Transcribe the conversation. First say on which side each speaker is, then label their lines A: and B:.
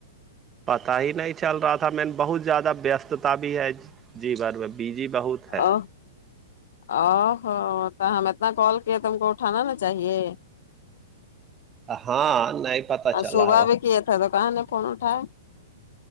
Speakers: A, on the right; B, on the left.
A: پتاہ ہی نہیں چل رہا تھا مین بہت زیادہ وستتا بھی ہے جیون میں بیجی بہت
B: <unintelligible>
A: ہے
B: تو ہم اتنا کال کیے تو ہم کو اٹھانا نا چاہیے
A: ہاں نہیں پتا
B: اور
A: چلا
B: صبح
A: ہو
B: بھی کیے تھا تو کہاں نے <unintelligible>